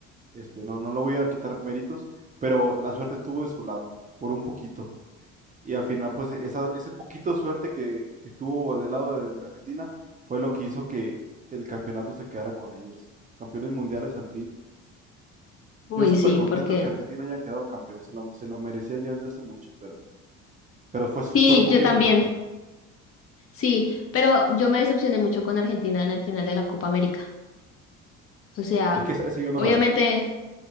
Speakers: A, on the right; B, on the left.
A: Este, no, no lo voy a quitar méritos, pero la suerte estuvo de su lado, por un poquito. Y al final, pues esa, ese poquito suerte que, que estuvo del lado de la Argentina fue lo que hizo que el campeonato se quedara con ellos. Campeones mundiales al fin.
B: uy,
A: Yo súper
B: sí,
A: contento
B: porque
A: que Argentina haya quedado campeón. Se lo, se lo merecían ya desde hace mucho, pero, pero fue, fue
B: sí,
A: un poquito
B: yo también,
A: de suerte.
B: sí, pero yo me decepcioné mucho con Argentina en el final de la Copa América. O sea,
A: Es que esa, esa yo no
B: obviamente
A: la vi.